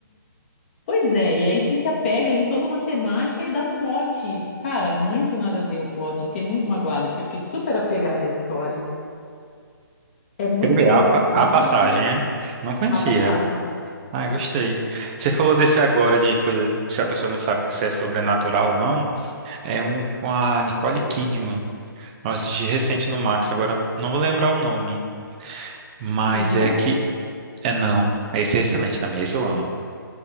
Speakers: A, on the left (about 35°); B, on the right (about 25°).
A: Pois é, e aí você se apega ali toda uma temática e dá um plot. Cara, muito nada a ver o plot. Eu fiquei muito magoada, porque eu fiquei super apegada à história. É muito
B: Quero ver
A: bem
B: a,
A: construído
B: pa- a passagem, é? Não conhecia.
A: a passagem.
B: Ai, gostei. Você falou desse agora de coisa, se a pessoa não sabe se é sobrenatural ou não, é um com a Nicole Kidman. Eu assisti recente no Max, agora não vou lembrar o nome, mas
A: Os outros?
B: é que é não. Esse é excelente também, esse eu amo.